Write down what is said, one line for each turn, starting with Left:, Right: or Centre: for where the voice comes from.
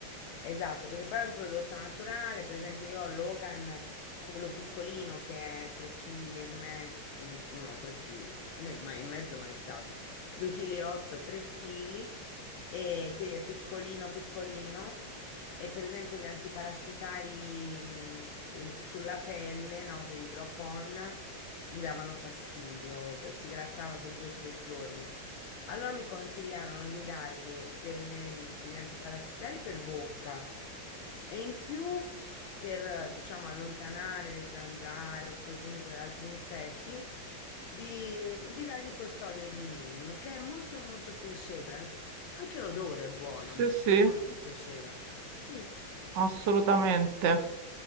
Left: esatto, perché poi è un prodotto naturale, per esempio io ho Logan, quello piccolino che è 3 kg e mezzo, mm, no, 3 kg, ma e mezzo mai stato, 2,8 kg, 3 kg, e quindi è piccolino piccolino, e per esempio gli antiparassitari mh, eh, sulla pelle, no, quelli drop on, gli davano fastidio, eh, si grattava per due o tre giorni. Allora mi consigliarono di dargli delle- degli antiparassitari per bocca e in più per, eh, diciamo, allontanare le zanzare oppure comunque altri insetti, di, di dargli questo olio di neem, che è molto molto piacevole. Anche, anche l'odore è buono
Right: Sì,
Left: a me,
Right: sì.
Left: secondo me piaceva. Sì.
Right: Assolutamente,